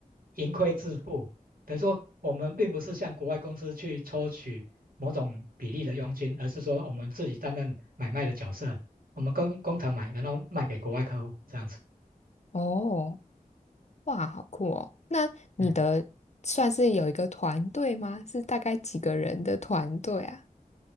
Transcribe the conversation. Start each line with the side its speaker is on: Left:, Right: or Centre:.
Right: 盈亏自负，等于说我们并不是向国外公司去抽取某种比例的佣金，而是说我们自己担任买卖的角色，我们跟工厂买，然后卖给国外客户这样子，
Left: 哦。哇，好酷哦！那你的算是有一个团队吗？
Right: 嗯，
Left: 是大概几个人的团队啊？